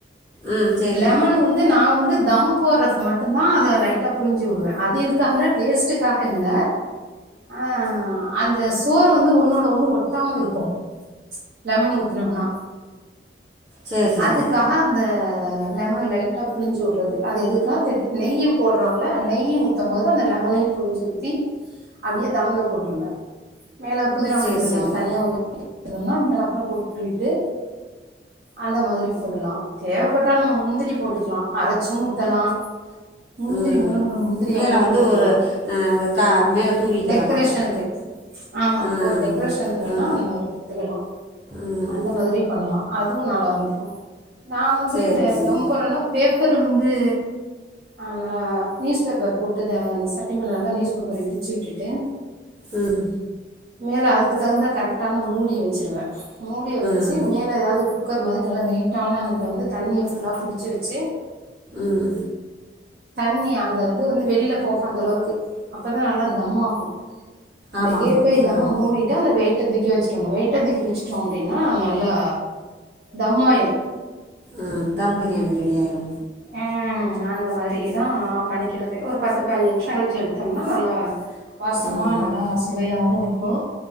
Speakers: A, on the right; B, on the right.
A: ம் சரி
B: லெமன் வந் து நா வந்து தம் போரது மட்டு தா அத லைட்டாப் புழிஞ்சு வுடுவ அது எதுக்காகனா டேஸ்ட்காக இல்ல அ அந்த சோறு வந்து ஒன்னோடு ஒண்ணு ஒட்டாம இருக்கு லெமன் ஊத்துனம்னா
A: சரி
B: அதுக்காக
A: சரி
B: அந்த லெமன் லைட்டா புழிஞ்சு வுடுறது அது எதுக்கா தெதெ நெய் போடுறோல நெய் ஊத் தும் போது அந்த லெமனையு புழிஞ்சி ஊத்தி அப்டியே தம்ள போட்ருங்க மேல புதினா கொத்த
A: சரி
B: மல்லி
A: சரி
B: நம்ம தனியா கொஞ்ச <unintelligible> மேல இப்ப போட்டுட்டு அந்த மாதிரி போடலா தேவபட்டா நம்ம முந்திரி போட்டுக்கலா அரச்சு ஊத்தலா முந்திரி
A: ம்
B: முழு முழு முந்திரியாவு
A: மேலே வந்து
B: போட்டுக்கலா
A: ஒரு ஆ, ஒரு கா மேலே தூவிக்கிடலாம்
B: டெக்கரேஷனுக்கு ஆமா
A: ஆ
B: ஒரு டெக்ரேஷனுக்கு
A: ஆமாம்
B: வேனா
A: ஆ
B: அந்த மாரி எத்துக்கலா
A: ம்
B: அந்த மாதுரியு பண்ணலா அதுவு நல்லா இருக்கு நா வந்து
A: சரி
B: இந்த
A: சரி
B: தம் பொட்றனா பேப்பரு உந்து ஆனா நியூஸ் பேப்பர் போட்டு இத அந்த சட்டிமெல நல்லா நியூஸ் பேப்பரு விருச்சு விட்டுட்டு
A: ம்
B: மேல அதுக்கு தகுந்த கரெட்டான மூடிய வச்சிருவே மூடிய வச்சு
A: ம்
B: மேல எதாது குக் குக்கர் மாதுரி நல்லா வெயிட்டான அதுல வந்து தண்ணிய ஃபுல்லா புடுச்சு வச்சு
A: ம்
B: தண்ணி அந்த இது வந்து வெளில போகாத அளவுக்கு அப்பதா நல்லா தம் ஆகு அந்த
A: ஆமாம்
B: கேப்பே
A: ஆமாம்
B: இல்லாம
A: ம்
B: மூடி <unintelligible> அந்த வெய்ட்ட தூக்கி வச்சுரனு வெய்ட்ட தூக்கி வச்சுட்டோ அப்டின்னா நல்லா தம்மாயிரு
A: அ தம் பிரியாணி ரெடி ஆயிரு
B: அ அந்த மாரியெதா பண்ணிக்கிறது ஒரு பத்து பதின்ஞ்சு நிமிஷோ கழிச்சு எடுத்தொம்னா நல்லா வாசமா
A: ம்
B: நல்லா சுவையாவு இருக்கு